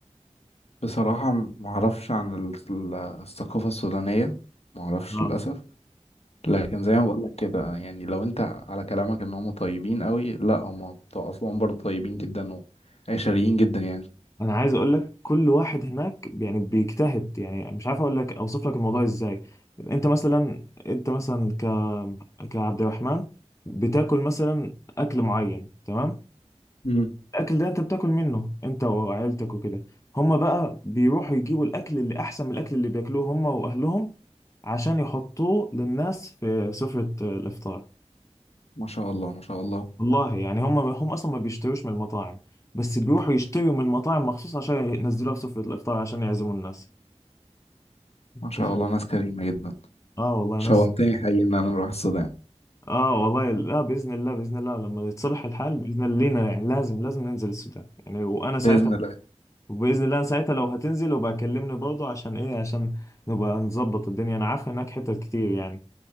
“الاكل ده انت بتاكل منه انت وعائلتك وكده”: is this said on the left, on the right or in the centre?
Left